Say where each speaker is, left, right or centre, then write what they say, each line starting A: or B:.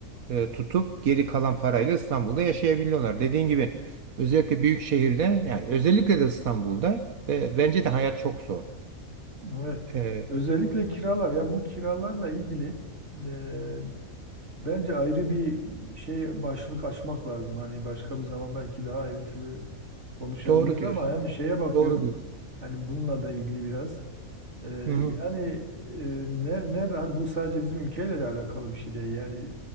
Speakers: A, on the right; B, on the right.
A: e, tutup geri kalan parayla İstanbul'da yaşayabiliyorlar. Dediğin gibi Özellikle büyük şehirde yani özellikle de İstanbul'da ve bence de hayat çok zor.
B: Evet.
A: Ee,
B: Özellikle kiralar ya bu kiralarla ilgili e, bence ayrı bir şey başlık açmak lazım. Hani başka bir zaman belki daha ayrıntılı konuşabiliriz
A: doğru diyorsun.
B: ama yani şeye bakıyorum.
A: Doğru diyorsun.
B: Yani bununla da ilgili biraz. Ee,
A: Hı hı,
B: yani e, ner, ner, hani bu sadece bizim ülkeyle de alakalı bir şey değil. Yani